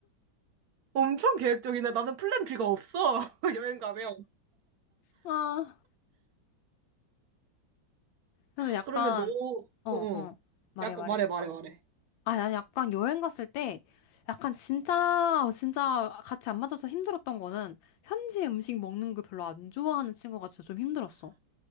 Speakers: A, on the right; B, on the left.
A: 엄청 계획적이네. 나는 플랜 B가 없어. <laughs> 여행 가면.
B: 아, 그래서 약간,
A: 그러면 너,
B: 어,
A: 어,
B: 어.
A: 어.
B: 말해,
A: 약간
B: 말해.
A: 말해, 말해, 말해.
B: 아, 난 약간 여행 갔을 때 약간 진짜 진짜 같이 안 맞아서 힘들었던 거는 현지 음식 먹는 거 별로 안 좋아하는 친구가 진짜 좀 힘들었어.